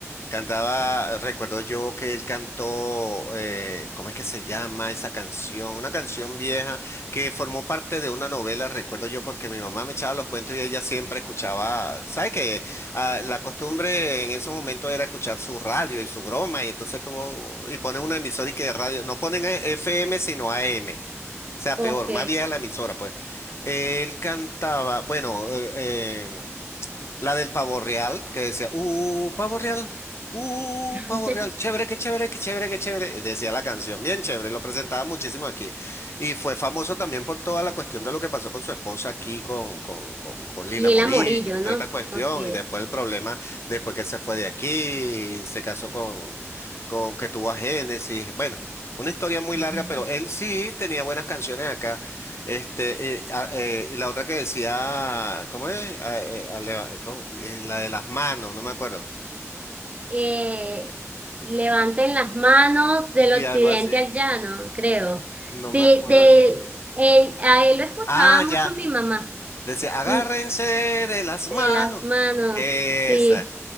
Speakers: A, on the left; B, on the right.
A: Cantaba, recuerdo yo que él cantó, eh, ¿cómo es que se llama esa canción? Una canción vieja que formó parte de una novela, recuerdo yo, porque mi mamá me echaba los cuentos y ella siempre escuchaba, ¿sabes qué? Ah, la costumbre en esos momentos era escuchar su radio y su broma, y entonces tuvo, y ponen una emisora y que de radio, no ponen eh, FM sino AM, o sea,
B: ok.
A: peor, más vieja la emisora, pues. Él cantaba, bueno, eh, eh, la del pavo real, que decía, uh, pavo real, uh,
B: <laughs>
A: pavo real, chévere, qué chévere, qué chévere, qué chévere. Decía la canción, bien chévere, lo presentaba muchísimo aquí. Y fue famoso también por toda la cuestión de lo que pasó con su esposa aquí, con, con, con, con Lila
B: Lila
A: Morillo,
B: Morillo,
A: y toda
B: ¿no?
A: esta cuestión,
B: Ok.
A: y después el problema, después que él se fue de aquí, se casó con, con que tuvo a Génesis. Bueno, una historia muy
B: <laughs>
A: larga, pero él sí tenía buenas canciones acá. Este, eh, a- eh, y la otra que decía, ¿cómo es? A- eh, a leva- ¿cómo? Eh, la de las manos, no me acuerdo.
B: eh, levanten las manos del
A: Sí,
B: occidente
A: algo así.
B: al llano, creo.
A: No
B: Sí,
A: me acuerdo.
B: de él, a él lo escuchaba
A: Ah,
B: mucho
A: ya.
B: mi mamá,
A: Decía, agárrense
B: mm,
A: de las
B: de
A: manos.
B: las manos,
A: Esa.
B: sí,